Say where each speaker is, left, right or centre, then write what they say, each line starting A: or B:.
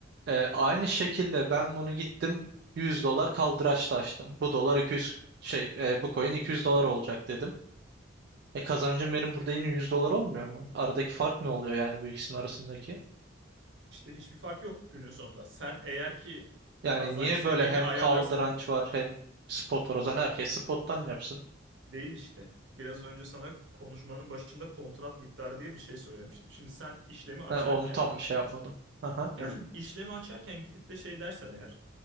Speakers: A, on the right; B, on the right.
A: Ee, aynı şekilde ben bunu gittim 100 dolar kaldıraçla açtım. Bu dolar 200 şey e, bu coin 200 dolar olacak dedim. E kazancım benim burada yine 100 dolar olmuyor mu? Aradaki fark ne oluyor yani bu ikisinin arasındaki?
B: İşte hiçbir fark yok günün sonunda. Sen eğer ki
A: Yani
B: kazanç
A: niye
B: seviyeni
A: böyle hem
B: ayarlarsan
A: kaldıranç var hem spot var o zaman herkes spottan yapsın.
B: Değil işte. Biraz önce sana konuşmanın başında kontrat miktarı diye bir şey söylemiştim. Şimdi sen işlemi açarken
A: Ha, onu tam şey yapmadım. Aha,
B: Evet. <clears throat> işlemi açarken gidip de şey dersen eğer